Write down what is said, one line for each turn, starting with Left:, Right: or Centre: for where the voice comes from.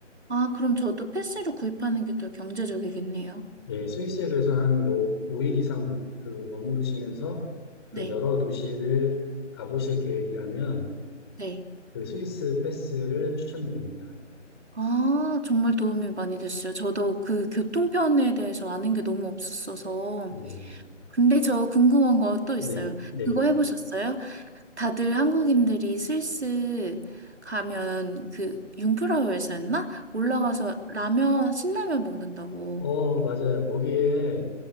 Right: 아, 그럼 저도 패스로 구입하는 게 더 경제적이겠네요.
Left: 예, 스위스에 그래서 한뭐 5일 이상 무- 그 머무르시면서 그
Right: 네,
Left: 여러 도시를 가보실 계획이라면
Right: 네.
Left: 그 스위스 패스를 추천드립니다.
Right: 아, 정말 도움이 많이 됐어요. 저도 그 교통편에 대해서 아는 게 너무 없었어서.
Left: 네,
Right: 근데 저 궁금한 거 또 있어요.
Left: 네, 네.
Right: 그거 해보셨어요? 다들 한국인들이 스위스 가면 그 융프라우에서였나? 올라가서 라면, 신라면 먹는다고.
Left: 어, 맞아요. 거기에